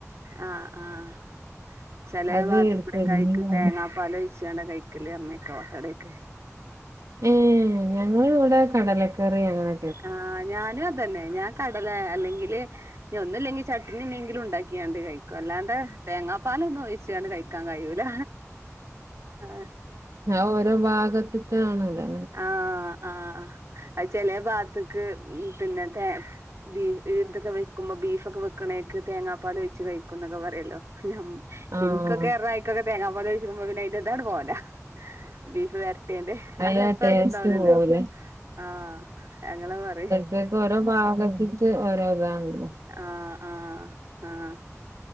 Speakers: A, on the right; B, on the right.
A: ആഹ് ആഹ് ചെല
B: അത്
A: വാത്ത്ക്കൂടെ
B: എടുത്ത് വെച്ചിട്ട്
A: അയ്ക് തേങ്ങാ പാല് ഒ ച്ചാണ്ട് കൈക്കല് പറഞ്ഞേക്ക ഓട്ടടേക്ക്
B: ഏഹ് ഞങ്ങൾ ഇവിടെ കടലക്കറി അങ്ങനെ
A: ആഹ് ഞാനും അതന്നെ ഞാൻ കടല അല്ലെങ്കില് ഒന്നും ഇല്ലെങ്കിൽ ചട്ടിനി എങ്കിലും ഉണ്ടാക്കിയാണ്ട് കഴിക്കും അല്ലാണ്ടെ തേങ്ങാ പലൊന്നും ഒഴിച്ച്കാണ്ട് കഴിക്കാൻ കഴിയൂല ആ
B: അഹ് ഓരോ ഭാഗത്തക് ആണല്ലേ
A: ആഹ് ആഹ് ചെല ഭാഗത്ത്ക്ക് പിന്നെ തേ ബീഫ് ഇതൊക്കെ വെക്കുമ്പോ ബീഫൊക്കെ വെക്കണേക്ക് തേങ്ങാപ്പാൽ വെച്ച് കഴിക്കും എന്നൊക്കെ പറയല്ലോ ഞ
B: ആഹ്
A: ഇക്കൊക്കെ പറഞ്ഞാ അയിക്കൊക്കെ തേങ്ങാ പാല് ഒഴിച്ചുമ്പോ പിന്നെ അതിന്റെ ഇതട് പോവലാ ബീഫ് വരട്ടിഎയ്ന്റെ
B: അയിനാ
A: അ
B: ടേസ്റ്റ്
A: ഇണ്ടാവൂലല്ലോ
B: പോവൂലേ
A: ആഹ് ഞങ്ങള് അത് പറയും
B: തൊക്കെ ഓരോ ഭാഗത്ത്ക്ക് ഓരോ ഇതാണല്ലോ
A: ആഹ് ആഹ് ആഹ്